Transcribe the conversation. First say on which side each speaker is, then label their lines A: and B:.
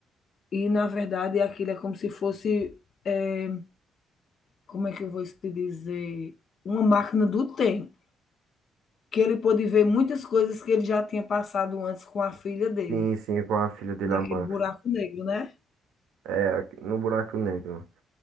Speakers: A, on the left; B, on the right.
A: E na verdade aquilo é como se fosse, é, como é que eu vou te dizer, uma máquina do tempo, que ele pôde ver muitas coisas que ele já tinha passado antes com a filha dele,
B: Sim, sim, com a filha dele,
A: naquele
B: a Murphy.
A: buraco negro, né?
B: É, no Buraco Negro.